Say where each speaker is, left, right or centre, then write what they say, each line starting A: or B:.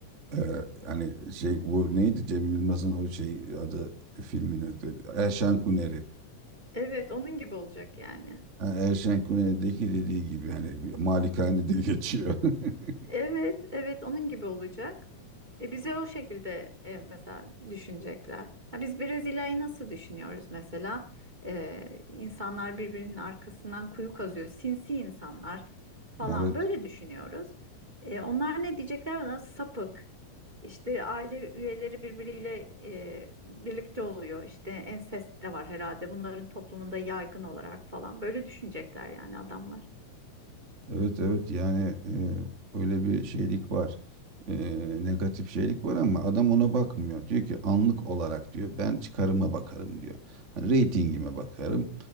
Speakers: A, on the right; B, on the right.
A: Ee, hani şey bu neydi Cem Yılmaz'ın o şey adı filmin Erşen Kuneri.
B: Evet, onun gibi olacak yani.
A: Ha, Erşen Kuneri'deki dediği gibi hani bir malikanede geçiyor. <laughs>
B: Evet, evet onun gibi olacak. E, bize o şekilde e, mesela düşünecekler. Ha, biz Brezilya'yı nasıl düşünüyoruz mesela? E, insanlar birbirinin arkasından kuyu kazıyor, sinsi insanlar falan
A: Evet.
B: böyle düşünüyoruz. E, onlar ne diyecekler ona? Sapık. İşte aile üyeleri birbiriyle e, birlikte oluyor. İşte ensest de var herhalde. Bunların toplumunda yaygın olarak falan böyle düşünecekler yani adamlar.
A: Evet evet yani e, öyle bir şeylik var. E, negatif şeylik var ama adam ona bakmıyor. Diyor ki anlık olarak diyor ben çıkarıma bakarım diyor. Hani reytingime bakarım,